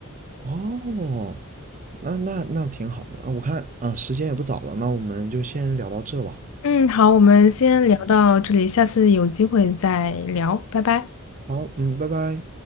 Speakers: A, on the right; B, on the left.
A: 哦，那那那挺好的啊。我看啊，时间也不早了，那我们就先聊到这吧。
B: 嗯，好，我们先聊到这里，下次有机会再聊，拜拜。
A: 好，嗯，拜拜。